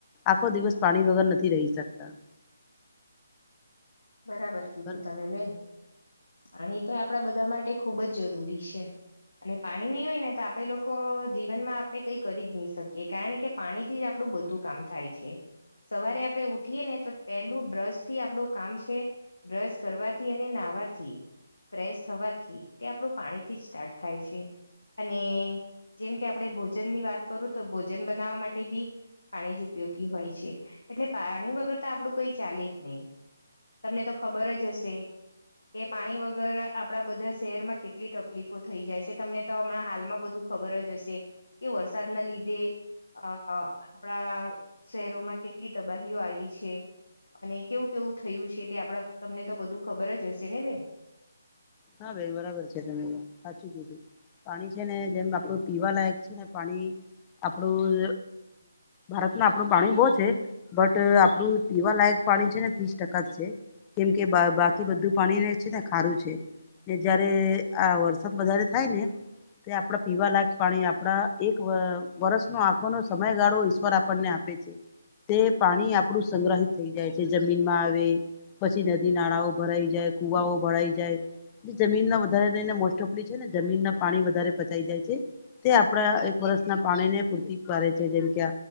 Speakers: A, on the left; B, on the left.
A: આખો દિવસ પાણી વગર નથી રહી શકતા
B: બરાબર કીધું
A: પર
B: તમે બેન પાણી તો આપણા બધા માટે ખુબ જ જરૂરી છે. અને પાણી નહીં હોય ને તો આપે લોકો જીવન માં આપણેે કઈ કરી જ નહી શકીએ કારણ કે પાણી થી જ આપણું બધું કામ થાય છે. સવારે આપડે ઉઠીએ ને તો પેલું બ્રશ થી આપડું કામ છે. કે બ્રશ કરવાથી અને નાહવાથી ફ્રેશ થવાથી તે આપણું પાણીથી જ સ્ટાર્ટ થાય છે અને જેમ કે આપણે ભોજનની વાત કરું તો ભોજન બનાવવા માટે બી પાણી જ ઉપયોગી હોય છે. એટલે પાણી વગર તો આપડું કોઈ ચાલે જ નહી તમને તો ખબર જ હશે કે પાણી વગર આપડા બધા શહેરમાં કેટલી તકલીફો થઈ જાય છે તમને તો હમણાં હાલમાં બધું ખબર જ હશે કે વરસાદના લીધે અ આપણા શહેરોમાં કેટલી તબાહીઓ આવી છે અને કેવું કેવું થયું છે. તે આપણા કુટુંબ ને તો બધું ખબર જ હશે ને બેન
A: હા બેન બરાબર છે તમેં સાચું કીધું પાણી છે ને જેમ આપડું પીવા લાયક છે ને પાણી આપણું ભારતમાં આપણું પાણી બો છે. બટ આપડું પીવા લાયક પાણી છે ને ત્રીસ ટકા જ છે. કેમ કે બાકી બધું પાણીને છે ને ખારું છે. કે જયારે આ વરસાદ વધારે થાય ને તે આપડા પીવાલાયક પાણી આપડા એક વર્ષનો આંખો નો સમયગાળો ઈશ્વર આપણને આપ તે પાણી આપણું સંગ્રહિત થઈ જાય છે જમીનમાં આવે પછી નદી નાળાઓ ભરાઈ જાય કુવાઓ ભરાઈ જાય જમીનમાં વધારે લઈને મોસ્ટ ઓફડી છે ને જમીનના પાણી વધારે પચાઈ જાય છે. તે આપણા એક વરષના પાણીની પૂરતી કરે છે જેમ કે